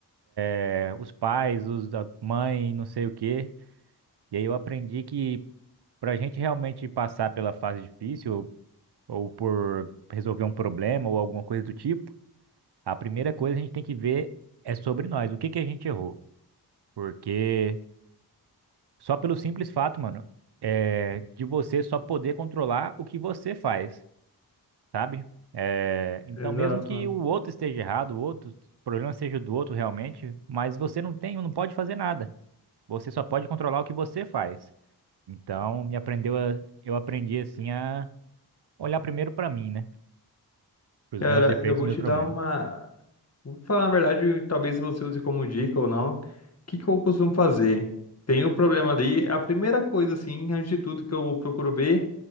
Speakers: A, on the right; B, on the left.
A: é, os pais, os da mãe, não sei o quê. E aí eu aprendi que para a gente realmente passar pela fase difícil ou por resolver um problema ou alguma coisa do tipo, a primeira coisa que a gente tem que ver é sobre nós, o que que a gente errou. Porque só pelo simples fato, mano, é de você só poder controlar o que você faz. sabe? É, então,
B: Exato,
A: mesmo que
B: mano.
A: o outro esteja errado, o outro o problema seja do outro realmente, mas você não tem, não pode fazer nada. Você só pode controlar o que você faz. Então, me aprendeu a, eu aprendi assim a olhar primeiro pra mim, né? Para
B: Cara,
A: os meus defeitos,
B: eu vou
A: meus
B: te
A: problemas.
B: dar uma. Vou falar, na verdade, talvez você use como dica ou não. O que que eu costumo fazer? Tem o problema ali. A primeira coisa, assim, antes de tudo que eu procuro ver.